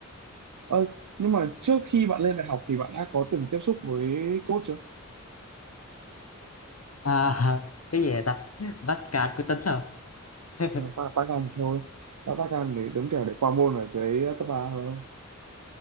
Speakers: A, on the right (about 75°); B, on the left (about 55°).
A: Ờ, nhưng mà trước khi bạn lên đại học thì bạn đã có từng tiếp xúc với code chưa?
B: à, <laughs> cái gì vậy ta Pascal có tính không <laughs>
A: Ờ, ta Python thôi. ta Python để đúng kiểu để qua môn ở dưới cấp ba thôi.